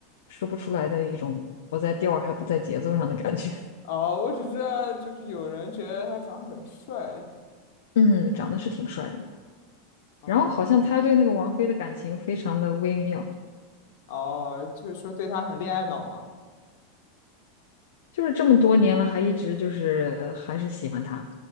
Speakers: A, on the left; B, on the left.
A: 说不出来的一种不在调儿还不在节奏上的感觉。
B: 哦，我只知道就是有人觉得他长得很帅。
A: <laughs> 嗯，长得是挺帅的。
B: 哦，
A: 然后好像他对那个王菲的感情非常的微妙，
B: 哦，就是说对他很恋爱脑嘛。
A: 就是这么多年了，还一直就是还是喜欢她，